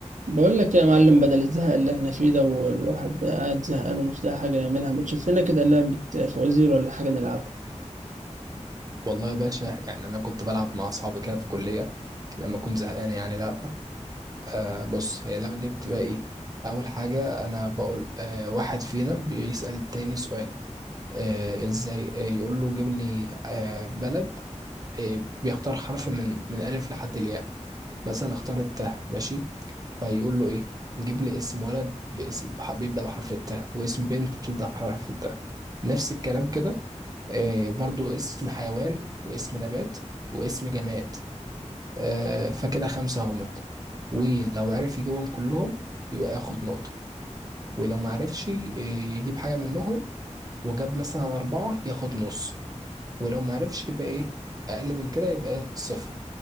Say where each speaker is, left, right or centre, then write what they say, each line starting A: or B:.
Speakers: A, on the right; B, on the right.
A: بقول لك يا معلم بدل الزهق اللي احنا فيه ده والواحد قاعد زهقان ومش لاقي حاجة يعملها ما تشوف لنا كده لعبة فوازير ولا حاجة نلعبها
B: والله يا باشا يعني انا كنت بلعب مع اصحابي كده في الكليه لما اكون زهقان يعني لعبه آه بص هي اللعبه دي بتبقى ايه اول حاجه انا بقول آه واحد فينا بيسال التاني سؤال آه ازاي آه يقول له جيب لي آه بلد آه بيختار حرف من من الف لحد الياء مثلا اختار التاء ماشي فيقول له ايه جيب لي اسم ولد باسم بح- بيبدا بحرف التاء واسم بنت بتبدا بحرف التاء نفس الكلام كده آه، برضو اسم حيوان واسم نبات واسم جماد آه، فكده خمسة همت ولو عرف يجيبهم كلهم يبقى ياخد نقطة ولو ما عرفش آه، يجيب حاجة منهم وجاب مثلا أربعة ياخد نص ولو ما عرفش يبقى إيه أقل من كده يبقى صفر